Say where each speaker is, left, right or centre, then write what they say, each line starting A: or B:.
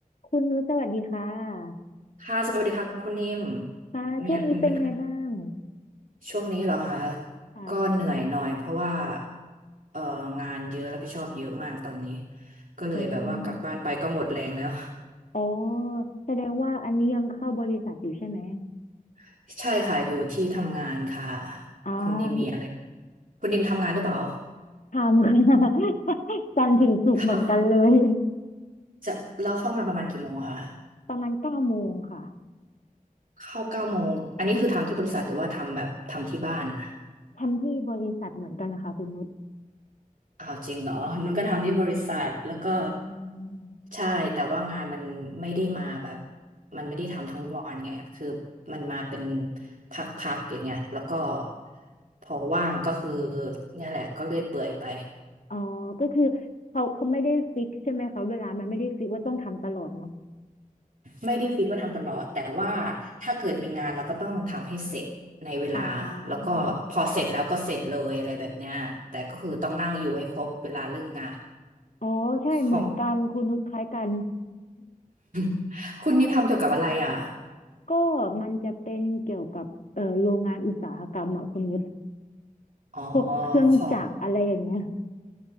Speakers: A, on the left; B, on the right.
A: คุณนุชสวัสดีค่ะ
B: ค่ะสวัสดีค่ะคุณนิ่ม
A: ค่ะช่วงนี้เป็นไงบ้าง
B: มีมีปัญหาช่วงนี้เหรอคะ
A: ค่ะ
B: ก็เหนื่อยหน่อยเพราะว่าเอ่องานเยอะรับผิดชอบเยอะมากตอนนี้ก็เลยแบบว่ากลับบ้านไปก็หมดแรงแล้ว
A: อืมอ๋อแสดงว่าอันนี้ยังเข้าบริษัทอยู่ใช่ไหม
B: <laughs> ใช่ค่ะอยู่ที่ทำงานค่ะ
A: อ่า
B: คุณนิมมีอะไรคุณนิมทำงานหรือเปล่า
A: ทำ <laughs> ค่ะ <laughs> จันทร์ถึงศุกร์เหมือนกันเลย
B: ถ้าจะแล้วเข้างานประมาณกี่โมงอะคะ
A: ประมาณเก้าโมงค่ะ
B: เข้าเก้าโมงอันนี้คือทำที่บริษัทหรือว่าทำแบบทำที่บ้านอะ
A: ทำที่บริษัทเหมือนกันนะคะคุณนุช
B: อ้าวจริงเหรอนุ่นก็ทำที่บริษัทแล้วก็
A: เอ่ออืม
B: ใช่แต่ว่างานมันไม่ได้มาแบบมันไม่ได้ทำทั้งวันไงคือมันมาเป็นพักๆอย่างเงี้ยแล้วก็พอว่างก็คือเนี่ยแหละก็เลื่อยเปื่อยไป
A: อ๋อก็คือเขาเขาไม่ได้ฟิกใช่ไหมคะเวลามันไม่ได้ฟิกว่าต้องทำตลอดเนาะ
B: ไม่ได้ฟิกว่าทำตลอดแต่ว่าถ้าเกิดมีงานเราก็ต้องทำให้เสร็จในเวลาแล้วก็พอเสร็จแล้วก็เสร็จเลยอะไรแบบเนี้ยแต่ก็คือต้องนั่งอยู่ให้ครบเวลาเลิกงาน
A: อ่าอ๋อใช่เหมือนกันคุณนุชคล้ายกัน
B: ของ <laughs> คุณนิวทำเกี่ยวกับอะไรอ่ะ
A: ก็มันจะเป็นเกี่ยวกับเอ่อโรงงานอุตสาหกรรมอะคุณนุช
B: อ๋อ
A: พวกเครื่องจักรอะไรอย่างเงี้ย
B: ของ